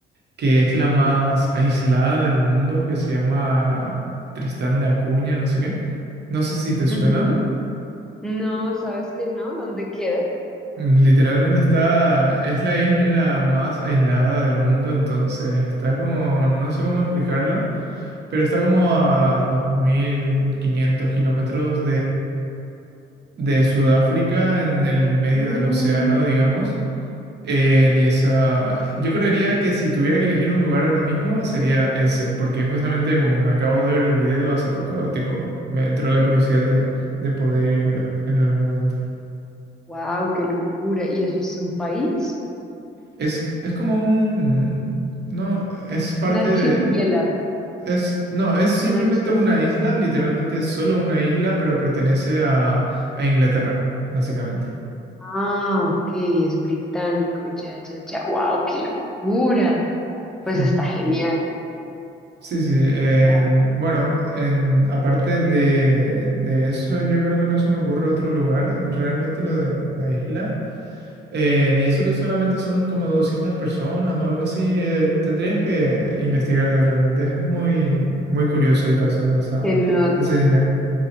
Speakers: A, on the right; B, in the centre.
A: que es la más aislada del mundo, que se llama Tristán de Acuña, no sé qué. No sé si te
B: ujú.
A: suena.
B: No, ¿sabes que no? ¿Dónde queda?
A: Mm, Literalmente está, es la isla más aislada del mundo, entonces está como, no sé cómo explicarlo, pero está como a 2.500 kilómetros de Sudáfrica en el medio
B: Mm,
A: del océano, digamos. Eh, ni esa. Yo creería que si tuviera que elegir un lugar ahora mismo sería ese, porque justamente como me acabo de ver el video hace poco, tipo, me entró la curiosidad de, de poder ir al- en algún momento.
B: wow, qué locura. ¿Y eso es un país?
A: Es, es como un... No, es parte
B: Es un archipiélago.
A: de... Es, no, es simplemente
B: un archi-
A: una isla, literalmente solo una isla, pero pertenece a, a Inglaterra, básicamente.
B: Ah, ok, es británico. Ya, ya, ya. Wow, qué locura. Pues
A: <laughs>
B: está genial.
A: Sí, sí. en-
B: Está,
A: bueno, en, aparte de, de eso, yo creo que no se me ocurre otro lugar, realmente lo de la isla. Eh, ni eso que solamente son como 200 personas o algo así. eh, tendrías que investigarlo realmente. Es muy, muy curioso el caso de esa,
B: qué nota.
A: de esa isla.